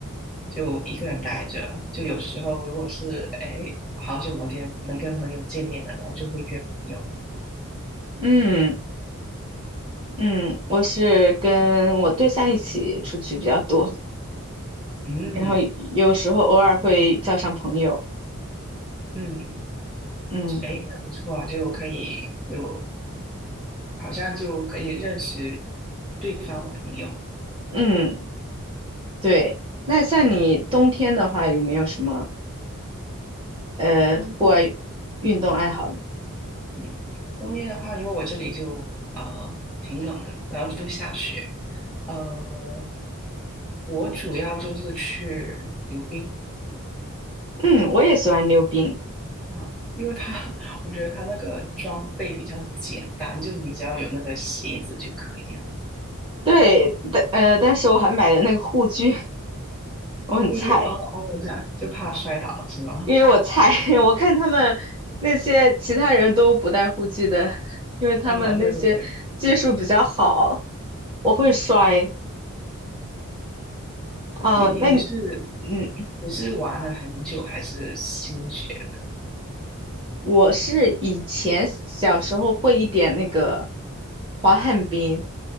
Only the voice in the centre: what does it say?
就一个人待着；就有时候如果是哎好久没跟没跟朋友见面了，然后就会约朋友。
嗯
嗯，
哎，那不错啊，就可以有好像就可以认识对方的朋友。
嗯，嗯，冬天的话，因为我这里就呃挺冷的，然后就下雪。呃，我主要就是去溜冰
啊，因为它 <laughs> 我觉得它那个装备比较简单，就你只要有那个鞋子就可以了。
我觉得哦哦，这样就怕摔倒了是吗？
<laughs> 啊，对对对，
你你你是
你是玩了很久还是新学的？